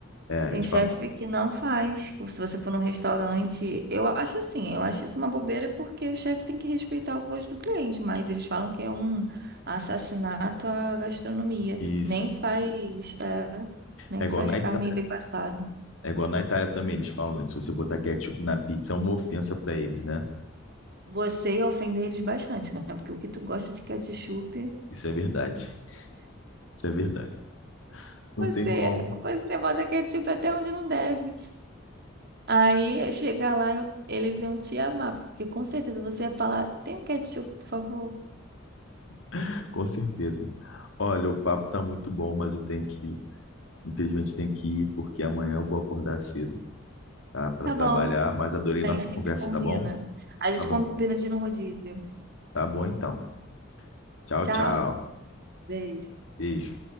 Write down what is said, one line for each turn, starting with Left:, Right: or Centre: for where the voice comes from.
Left: É,
Right: Tem
Left: eles
Right: chefe
Left: falam
Right: que não faz. Se você for num restaurante, eu acho assim, eu acho isso uma bobeira porque o chefe tem que respeitar o gosto do cliente, mas eles falam que é um assassinato à gastronomia.
Left: isso.
Right: Nem faz, é, nem
Left: É igual
Right: faz
Left: na
Right: carne
Left: Itália,
Right: bem passada.
Left: é igual na Itália também, eles falam, né, que se você botar ketchup na pizza é uma ofensa para eles, né?
Right: Você ia ofender eles bastante, né? Porque o que tu gosta de ketchup,
Left: Isso é verdade. Isso é verdade. Não
Right: você,
Left: tem como,
Right: você bota ketchup até onde não deve. Aí chegar lá, eles iam te amar, porque com certeza você ia falar: tem um ketchup, por favor?
Left: <laughs> com certeza. Olha, o papo tá muito bom, mas eu tenho que, infelizmente, tenho que ir porque amanhã eu vou acordar cedo, tá? Para
Right: Tá
Left: trabalhar,
Right: bom.
Left: mas adorei
Right: Bem,
Left: nossa
Right: a gente
Left: conversa,
Right: combina.
Left: tá bom?
Right: A gente
Left: Tá bom.
Right: combina de ir no rodízio.
Left: Tá bom então. Tchau,
Right: Tchau.
Left: tchau.
Right: Beijo.
Left: Beijo.